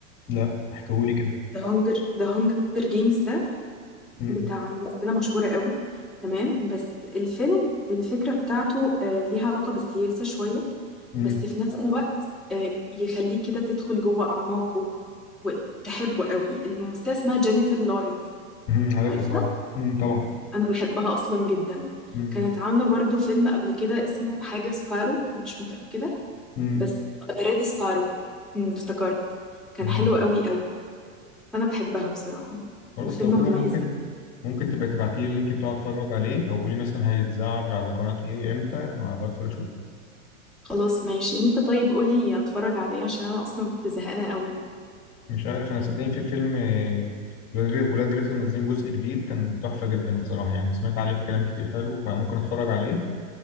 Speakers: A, on the left; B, in the centre.
A: لا احكيهولي كده
B: ذا هانجر ذا هانجر جيمز ده
A: امم
B: بتاع ممثلة مشهورة قوي تمام بس الفيلم الفكرة بتاعته آه، ليها علاقة بالسياسة شوية
A: امم
B: بس في نفس آه. الوقت آه، يخليك كده تدخل جوه أعماقه وتحبه قوي الممثلة اسمها جينيفر لورنس
A: امم عارفها
B: عارفها؟
A: طبعا امم طبعا
B: أنا بحبها أصلا جدا
A: امم
B: كانت عاملة برضو فيلم قبل كده اسمه حاجة سبارو مش متأكدة
A: امم
B: بس ريد سبارو أمم، افتكرت كان
A: تمام
B: حلو قوي قوي فأنا بحبها بصراحة
A: خلاص
B: الفيلم
A: لو كده
B: مميز
A: ممكن ممكن تبقى تبعتي لي اللينك بتاعه اتفرج عليه او قولي مثلا هيتذاع على قناة ايه امتى ما بدخل اشوف
B: خلاص ماشي انت طيب قولي اتفرج عليه عشان انا اصلا كنت زهقانة قوي
A: مش عارف انا صدقني في فيلم آه، ولاد ولاد رزق منزلين جزء جديد كان تحفة جدا بصراحة يعني سمعت عليه في كلام كتير حلو فممكن اتفرج عليه